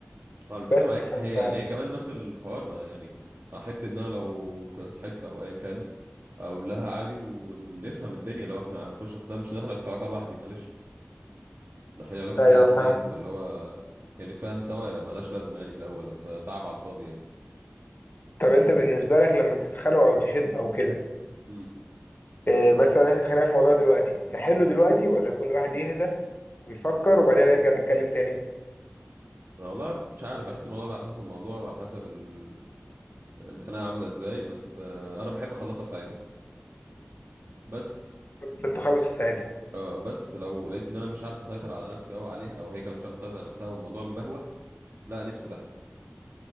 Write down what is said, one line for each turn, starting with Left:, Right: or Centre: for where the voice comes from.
Right: ما الفكرة
Left: بس
Right: معاك
Left: فانت
Right: هي يعني هي كمان نفس الحوار ما يعني أحب إن أنا لو كنا صاحبت أو أيا كان أقول لها عادي ونفهم الدنيا لو إحنا هنخش أصل ده مش داخل في علاقة لوحدي معلش داخلين علاقة إحنا
Left: ايوه
Right: الاتنين
Left: فاهم
Right: فاللي هو يعني نتفاهم سوا ملهاش لازمة يعني من الأول أصل تعب على الفاضي يعني
Left: طب انت بالنسبه لك لما تتخانقوا او تشد او كده
Right: امم
Left: اه مثلا احنا اتخانقنا في موضوع دلوقتي نحله دلوقتي ولا كل واحد يهدى ويفكر وبعدين نرجع نتكلم تاني
Right: والله مش عارف بحس الموضوع ده على حسب الموضوع وعلى حسب ال... الخناقة عاملة إزاي بس آه، أنا بحب أخلصها في ساعتها بس
Left: فضلت اخلص في ساعتها
Right: اه بس لو لقيت ان انا مش عارف اسيطر على نفسي او عليها او هي كمان مش عارفه تسيطر على نفسها والموضوع مبهوأ لا نسكت احسن